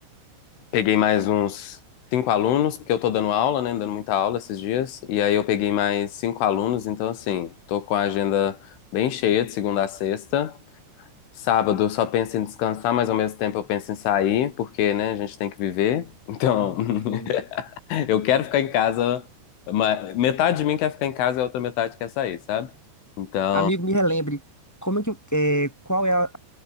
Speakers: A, on the left (about 80°); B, in the centre.
A: peguei mais uns cinco alunos, porque eu tô dando aula, né? Dando muita aula esses dias. E aí eu peguei mais cinco alunos, então assim, tô com a agenda bem cheia de segunda a sexta. Sábado eu só penso em descansar, mas ao mesmo tempo eu penso em sair, porque, né, a gente tem que viver. Então, <laughs> <laughs>
B: Hum.
A: Eu quero ficar em casa, mas metade de mim quer ficar em casa e a outra metade quer sair, sabe? Então,
B: Amigo, me relembre, como é que, é, qual é a,